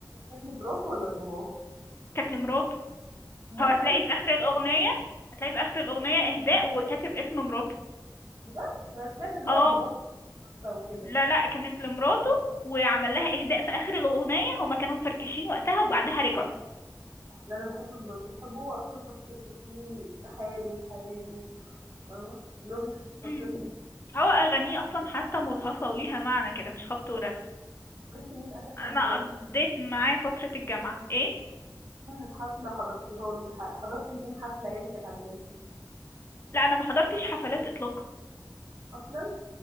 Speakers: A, on the right; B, on the left.
A: كانت لمراته والّا لباباه؟
B: كانت لمراته
A: أمال
B: هو هتلاقي
A: قالوا لي
B: في اخر الاغنيه هتلاقي في اخر الاغنيه اهداء وكاتب اسم مراته
A: بجد؟ أنا سمعت إن
B: اه
A: هو لباباه توفى وكده.
B: لا لا كانت لمراته وعمل لها اهداء في اخر الاغنيه هما كانوا مفركشين وقتها وبعدها رجعوا
A: لا أنا باحب مراته، باحبه هو أصلًا شخص تحسّيه في حاله، في حياته، فاهمة؟ اللي هو مش الشخصيات
B: أمم.
A: المج
B: هو اغانيه اصلا حتى مرهفه وليها معنى كده مش خبط ورزع
A: طَب أنتِ مين آخر حد
B: انا
A: حضرتِ
B: قضيت معاه فتره الجامعه ايه
A: مين حفلة حضرتيها له ح حضرتِ لمين حفلة يعني كانت عاجباكِ؟
B: لا انا ما حضرتش حفلات اطلاقا
A: أصلًا؟